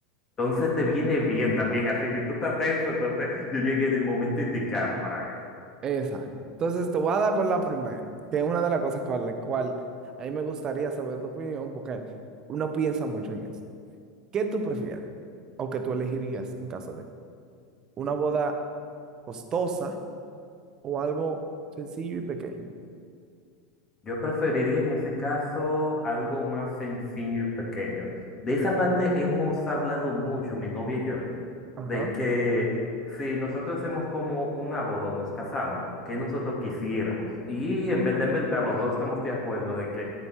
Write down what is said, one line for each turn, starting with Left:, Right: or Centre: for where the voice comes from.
Left: Entonces te viene bien también así. Si tú estás tenso, entonces yo llegué en el momento indicado para eso.
Right: Exacto. Entonces te voy a dar con la primera, que es una de las cosas con la cual a mí me gustaría saber tu opinión porque uno piensa mucho en eso. ¿Qué tú prefieres o que tú elegirías en caso de una boda? costosa o algo sencillo y pequeño.
Left: Yo preferiría en ese caso algo más sencillo y pequeño. De esa parte hemos hablado mucho, mi novia y yo,
Right: Ajá.
Left: de que si nosotros hacemos como una boda o nos casamos, que nosotros quisiéramos. Y en verdad, en verdad, los dos estamos de acuerdo de que